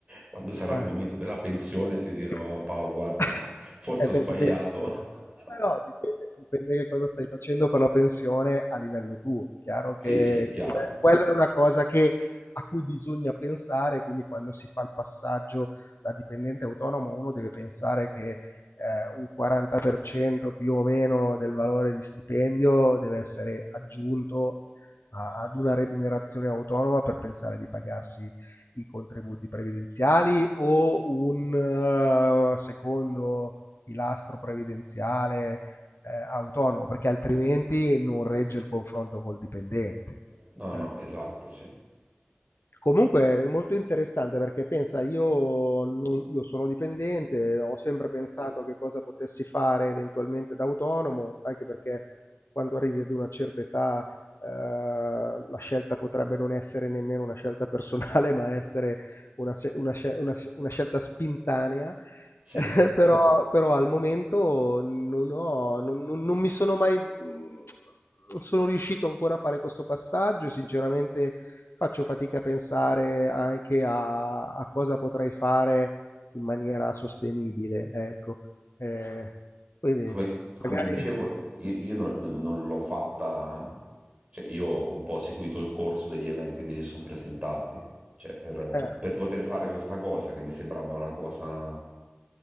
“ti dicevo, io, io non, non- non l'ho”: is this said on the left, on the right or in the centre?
Right